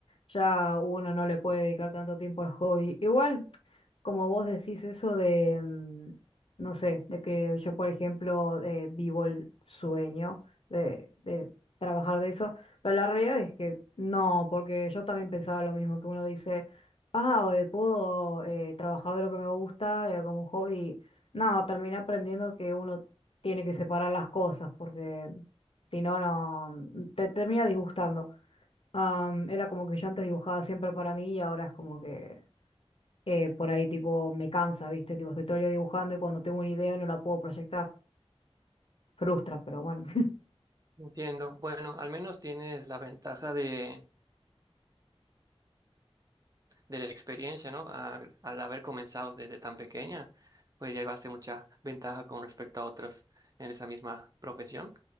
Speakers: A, on the left; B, on the right.
A: ya uno no le puede dedicar tanto tiempo al hobby. Igual. como vos decís eso de, mm, no sé, de que yo, por ejemplo, eh, vivo el sueño de, de trabajar de eso, pero la realidad es que no, porque yo también pensaba lo mismo, que uno dice, ah, eh, puedo eh, trabajar de lo que me gusta eh, como un hobby. No, terminé aprendiendo que uno tiene que separar las cosas, porque si no, no, te termina disgustando. Am, era como que yo antes dibujaba siempre para mí y ahora es como que eh, por ahí tipo me cansa, ¿viste? Tipo, estoy todo el día dibujando y cuando tengo una idea no la puedo proyectar. Frustra, pero bueno. <laughs>
B: Entiendo. Bueno, al menos tienes la ventaja de, de la experiencia, ¿no? Al, al haber comenzado desde tan pequeña, pues ya llevaste mucha ventaja con respecto a otros en esa misma profesión,